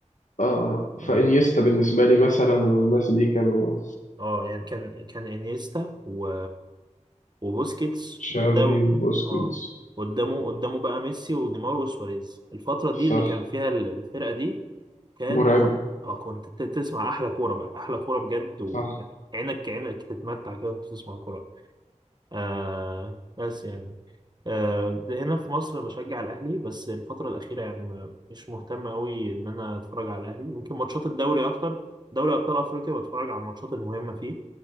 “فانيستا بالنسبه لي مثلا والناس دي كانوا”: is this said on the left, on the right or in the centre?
Left